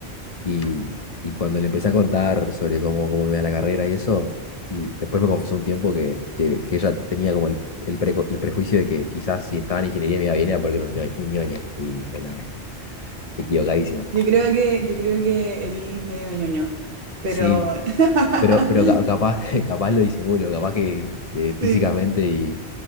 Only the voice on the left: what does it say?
Y, y cuando le empecé a contar sobre cómo, cómo iba la carrera y eso, y después me confesó un tiempo que, que, que ella tenía como el, el, preco- el prejuicio de que quizás si estaba en ingeniería me iba bien era porque era un, ño- un ñoño. Y dije, no, equivocadísimo.
Sí,
pero, pero ca- capaz, <laughs> capaz lo disimulo, capaz que, que físicamente
y,